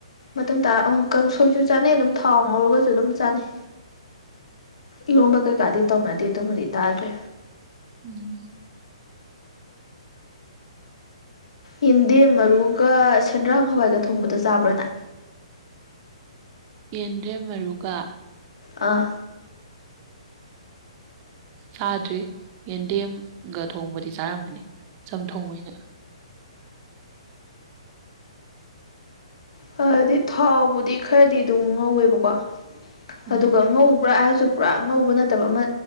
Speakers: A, on the left (about 70°); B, on the right (about 20°).
A: ꯃꯇꯨꯝ ꯇꯥ ꯑꯪ ꯀꯥꯡꯁꯣꯏꯁꯨ ꯆꯥꯅꯩ ꯑꯗꯨꯝ ꯊꯥꯎ ꯉꯧꯔꯒꯖꯨ ꯑꯗꯨꯝ ꯆꯥꯅꯩ ꯏꯔꯣꯝꯕ ꯀꯩꯀꯥꯗꯤ ꯇꯧꯅꯗꯦ ꯑꯗꯨꯃꯗꯤ ꯇꯥꯗ꯭ꯔꯤ
B: ꯎꯝ
A: ꯌꯦꯟꯗꯦꯝ ꯃꯔꯨꯒ ꯁꯦꯟꯗ꯭ꯔꯥꯡ ꯍꯋꯥꯏꯒ ꯊꯣꯡꯕꯗꯣ ꯆꯥꯕ꯭ꯔꯅ꯫
B: ꯌꯦꯟꯗ꯭ꯔꯦꯝ ꯃꯔꯨꯒꯥ꯫
A: ꯑꯥ꯫
B: ꯆꯥꯗ꯭ꯔꯤ ꯌꯦꯟꯗꯦꯝꯒ ꯊꯣꯡꯕꯗꯤ ꯆꯥꯔꯝꯑꯅꯤ ꯆꯝꯊꯣꯡ ꯑꯣꯏꯅ꯫
A: ꯐꯗꯤ ꯊꯥꯎꯕꯨꯗꯤ ꯈꯔꯗꯤ ꯑꯗꯨꯝ ꯉꯧꯋꯦꯕꯀꯣ
B: ꯎꯝ
A: ꯑꯗꯨꯒ ꯉꯧꯕ꯭ꯔꯥ ꯍꯥꯏꯁꯨ ꯄꯨꯔꯥ ꯑꯉꯧꯕ ꯅꯠꯇꯕ ꯑꯃ